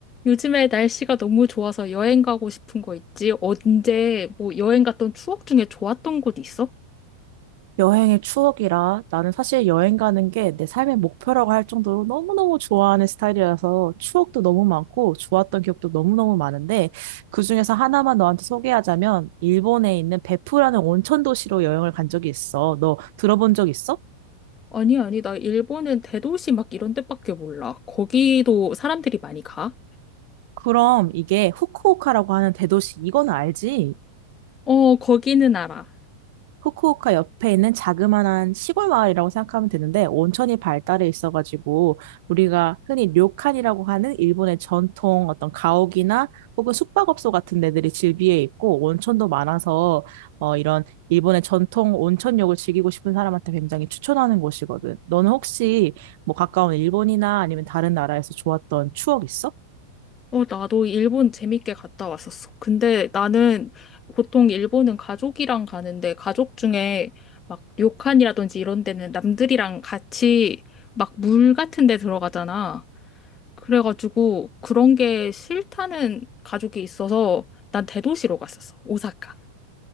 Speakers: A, on the left; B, on the right.
A: 요즘에 날씨가 너무 좋아서 여행 가고 싶은 거 있지? 언제 뭐 여행 갔던 추억 중에 좋았던 곳 있어?
B: 여행의 추억이라 나는 사실 여행 가는 게 내 삶의 목표라고 할 정도로 너무너무 좋아하는 스타일이라서 추억도 너무 많고 좋았던 기억도 너무너무 많은데 그중에서 하나만 너한테 소개하자면 일본에 있는 베푸라는 온천 도시로 여행을 간 적이 있어. 너 들어본 적 있어?
A: 아니, 아니, 나 일본은 대도시 막 이런 데밖에 몰라. 거기도 사람들이 많이 가?
B: 그럼 이게 후쿠오카라고 하는 대도시 이건 알지?
A: 어, 거기는 알아.
B: 후쿠오카 옆에 있는 자그마한 시골 마을이라고 생각하면 되는데 온천이 발달해 있어가지고 우리가 흔히 료칸이라고 하는 일본의 전통 어떤 가옥이나 혹은 숙박업소 같은 데들이 즐비해 있고 온천도 많아서 어 이런 일본의 전통 온천욕을 즐기고 싶은 사람한테 굉장히 추천하는 곳이거든. 너는 혹시 뭐 가까운 일본이나 아니면 다른 나라에서 좋았던 추억 있어?
A: 어, 나도 일본 재밌게 갔다 왔었어. 근데 나는 보통 일본은 가족이랑 가는데 가족 중에 막 료칸이라든지 이런 데는 남들이랑 같이 막 물 같은 데 들어가잖아. 그래가지고 그런 게 싫다는 가족이 있어서 난 대도시로 갔었어. 오사카.